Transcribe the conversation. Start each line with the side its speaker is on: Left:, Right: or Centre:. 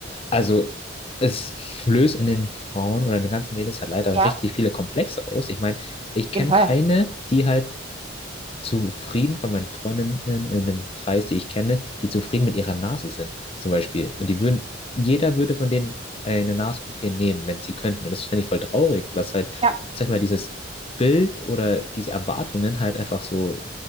Left: Also, es löst in den Frauen oder in den ganzen Mädels halt leider
Right: ja,
Left: richtig
Right: auf
Left: viele Komplexe aus. Ich meine, ich kenne
Right: jeden Fall.
Left: keine, die halt zufrieden von meinen Freundinnen in dem Kreis, die ich kenne, die zufrieden mit ihrer Nase sind, zum Beispiel. Und die würden, jeder würde von denen eine Nasen-OP nehmen, wenn sie könnten. Und das finde ich voll traurig, was halt,
Right: Ja,
Left: sag ich mal, dieses Bild oder diese Erwartungen halt einfach so